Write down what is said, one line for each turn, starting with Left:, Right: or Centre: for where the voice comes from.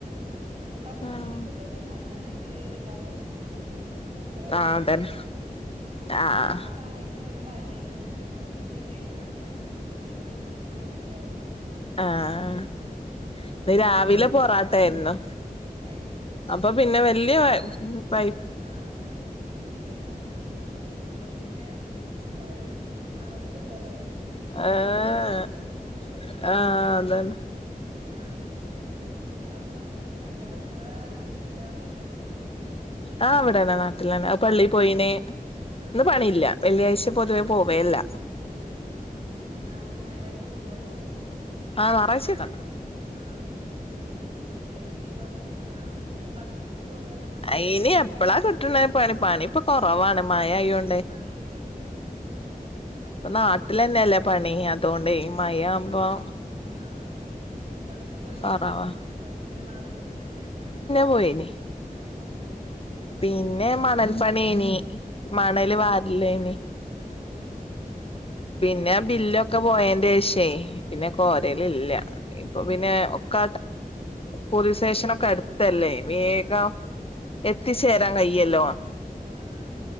Right: പിന്നെ പത്ത്
Left: ആഹ്
Right: മണിക്കൊക്കെ തിന്നാണെന്നുണ്ടെങ്കില് വല്ലാത്ത വിഷക്കൂല. അപ്പ കൊറചെരെ കഴിന്ന
Left: അതന്നെ
Right: തിന്നത് പിന്നെ
Left: ആഹ്
Right: ആ സമയത്തും ഒരു മടിയാണ് തിന്നൻ. അപ്പൊ പിന്നെ ഇപ്പ തിന്നാ മതിയല്ലോ കരുതി
Left: ആഹ് ഇന്ന് രാവിലെ പൊറാട്ട ആയിരുന്നു
Right: ഏ
Left: അപ്പൊ പിന്നെ വലിയ പൈ
Right: ആഹ് ഇല്ല അപ്പൊ പിന്നെ വല്ലാതൊന്നും. ആയിട്ടുംഇല്ലല്ലെ തിന്നന് ഇനി
Left: ഏഹ്
Right: ഓൽ വരുമ്പോ തിന്നാനും പോരെ.
Left: ആഹ് അതന്നെ
Right: ന്ന് ഹ അപ്പൊ എന്താ ഇങ്ങളെ ഹസ്ബൻഡോ ഇവിടെത്തന്നെ?
Left: ആഹ് അവിടെന്നെ നാട്ടിലന്നെ അത് പള്ളിയിൽ പോയിന്.
Right: ആ
Left: ഇന്ന് പണില്ല വെള്ളിയാഴ്ച
Right: ഇല്ല
Left: പൊതുവേ പോവെല്ല
Right: ഇല്ല ഏഹ് ആഹ് ഞായറാഴ്ച പോവോ അപ്പോ?
Left: ആ ഞായറാഴ്ചോക്കണ്ട്
Right: ആഹ് എല്ലാരും ഞായറാഴ്ച ലീവ ആക്കി ആ പിന്നെ പള്ളിക്കൊക്കെ പോകാനും വേണ്ടില്ലേ
Left: അയിനി എപ്പഴാ കിട്ടണ പണി പണി ഇപ്പൊ കുറവാണ് മഴ ആയോണ്ട്
Right: മഴയോടല്ലേ മഴ
Left: ഇപ്പൊ
Right: മുമ്പ്പ്പും
Left: നാട്ടിലന്നെല്ലേ പണി അതൊണ്ടെയ് ഈ മയാ ആവുമ്പം
Right: ആഹ് ഗൾഫിൽ പോയിരുന്നോ
Left: കൊറവാ
Right: ഗൾഫിലള്ള ആളേന്യോ
Left: പോയിന്നെ പിന്നെ
Right: കല്യാണം കഴിഞ്ഞിട്ട്
Left: മണൽപ്പണിയേനി
Right: പിന്നെ പോയിട്ടുണ്ടാവൂലല്ലേ
Left: മണൽ വാരലേനി
Right: ഏഹ്
Left: പിന്നെ ബില്ലൊക്കെ പോയന്റെ ഷേ
Right: ആഹ്
Left: പിന്നെ കോരൽ ഇല്ല ഇപ്പൊ പിന്നെ ഒക്ക പോലീസ് സ്റ്റേഷനൊക്കെ എടുത്ത് ല്ലേ വേഗം
Right: ആഹ്
Left: എത്തിച്ചേരാൻ കയല്ലോ
Right: ഇപ്പം ആഹ്